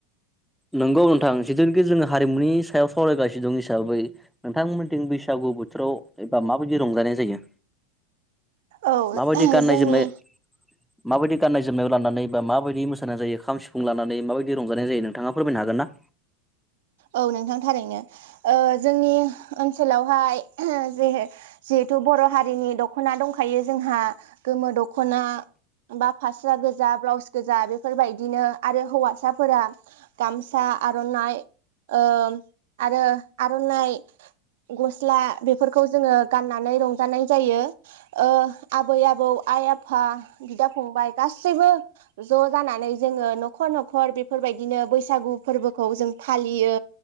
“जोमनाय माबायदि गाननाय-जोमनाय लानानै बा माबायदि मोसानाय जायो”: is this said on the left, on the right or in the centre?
Centre